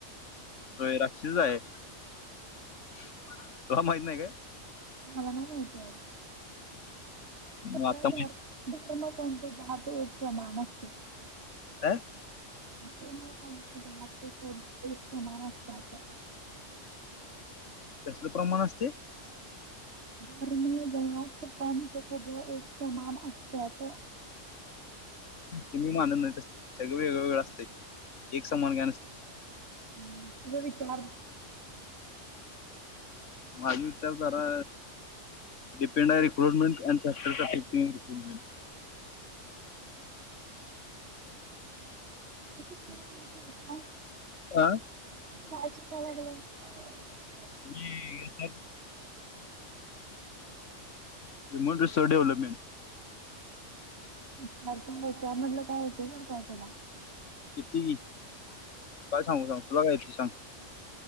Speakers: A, on the left; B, on the right.
A: होय राक्षस आय, तुला माहित नई काय?
B: मला नाही माहिती बाबा
A: मग
B: सगळं
A: आता माहित
B: धर धा धर्म, पंथ, जात एक समान असते.
A: काय?
B: धर्म पंथ जात <unintelligible> एक समान असत्या आता
A: तसलं प्रमाण असतय
B: धर्म, जात, पंथ सगळ एक समान असत्यात.
A: ते मी मानत नाई तसलं, सगळं वेगळवेगळ असतय, एक समान काय नसतय.
B: हम्म तुझं विचार
A: माझे विचार जरा डिपेंड हाय रिक्रुटमेंट अँड <unintelligible> ती <unintelligible>
B: काय शिका लागलाय तू आता?
A: आ
B: काय शिका लागलायस?
A: मी <unintelligible> युमन सिसोव डेव्हलपमेंट
B: <unintelligible> त्यामधलं काय येतंय तर काय तुला
A: येतंय कि, काय सांगू सांग, तुला काय येतंय सांग?